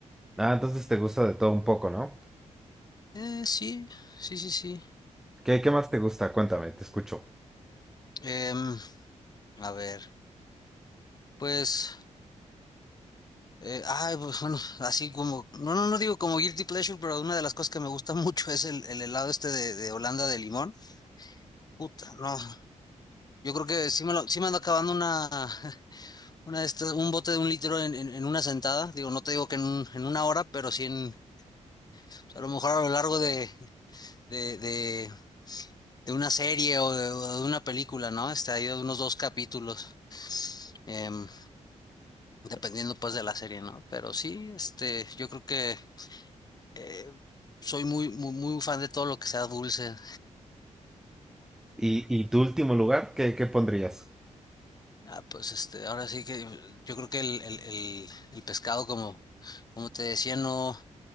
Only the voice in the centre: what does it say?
Ah, entonces te gusta de todo un poco, ¿no?
¿Qué, qué más te gusta? Cuéntame, te escucho.
¿Y, y tu último lugar? ¿Qué, qué pondrías?